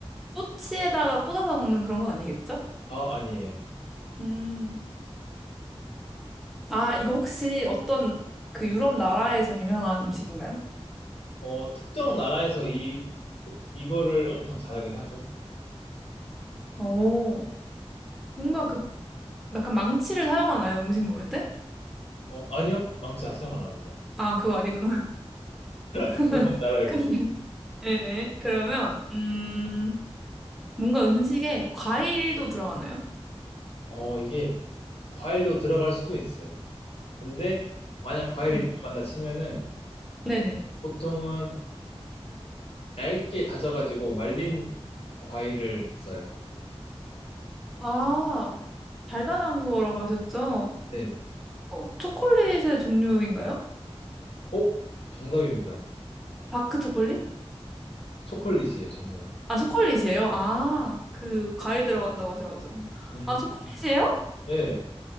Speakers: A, in the centre; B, on the left (about 65°).
A: 꼬치에다가 꽂아서 먹는 그런 건 아니겠죠?
B: 아, 아니에요.
A: 음, 아, 이거 혹시 어떤 그 유럽 나라에서 유명한 음식인가요?
B: 어, 특정 나라에서 이, 이거를 엄청 잘하긴 하죠.
A: 오, 뭔가 그 약간 망치를 사용하나요? 음식 먹을 때?
B: 어, 아니요. 망치 아, 사용 안 합니다.
A: 아, 그거 아니구나.
B: <laughs>
A: <laughs>
B: 그건 나라예요,
A: 그러면,
B: 그거.
A: 네, 그러면, 음, 뭔가 음식에 과일도 들어가나요?
B: 어, 이게 과일로 들어갈 수도 있어요. 근데 만약 과일이
A: 네.
B: 들어간다 치면은
A: 네네.
B: 보통은 얇게 다져가지고 말린 과일을 써요.
A: 아, 달달한 거라고 하셨죠?
B: 네.
A: 어, 초콜릿의 종류인가요?
B: 어? 정답입니다.
A: 다크 초콜릿?
B: 초콜릿이에요, 정답은.
A: 아, 초콜릿이에요? 아, 그, 과일 들어간다고 하셔가지고.
B: 음,
A: 아, 초콜릿이에요?
B: 네.